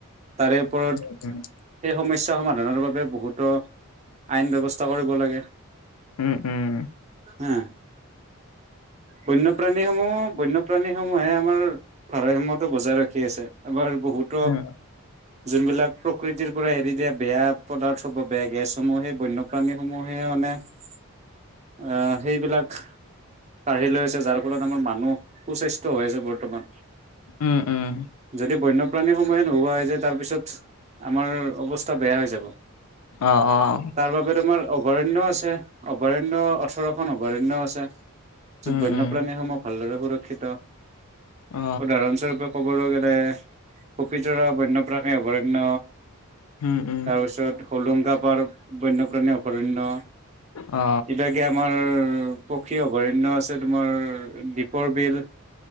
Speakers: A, on the right; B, on the left.
A: তাৰে ওপৰত
B: <unintelligible>
A: সেই সমস্যা সমাধানৰ বাবে বহুতো আইন ব্যৱস্থা কৰিব লাগে
B: উম উম
A: হা বন্যপ্ৰাণী সমূহ বন্যপ্ৰাণী সমূহে আমাৰ ভাৰতসয়তো বজাই ৰখি আছে আমাৰ বহুতো
B: উম,
A: যোনবিলাক প্ৰকৃতিৰ পৰা এৰি দিয়া বেয়া পদাৰ্থ হ'ব বেয়া গেছসমূহ সেই বন্যপ্ৰাণী সমূহে মানে অ সেইবিলাক কাঢ়ি লৈ আছে যাৰ ফলত আমাৰ মানুহ সু-স্বাস্থ্য হৈ আছে বৰ্তমান
B: উম। উম।
A: যদি বন্য প্ৰাণী সমূহে নোহোৱা হৈ যোয় তাৰপিছত আমাৰ অৱস্থা বেয়া হৈ যাব
B: অ অ
A: তাৰ বাবে তোমাৰ অভয়াৰণ্য আছে অভয়াৰণ্য ওঠৰখন অভয়াৰণ্য আছে য'ত
B: উম
A: বন্যপ্ৰাণীসমূহ
B: উম
A: ভালদৰে সুৰক্ষিত
B: অ
A: উদাহৰণস্বৰূপে ক'বলৈ <unintelligible> পবিতৰা বন্যপ্ৰাণী অভয়াৰণ্য
B: উম উম
A: তাৰপিছত হোলোংকা পাৰ বন্য প্ৰাণী অভয়াৰণ্য
B: অ
A: ইভাগে আমাৰ পক্ষী অভয়াৰণ্য তোমাৰ দীপৰ বিল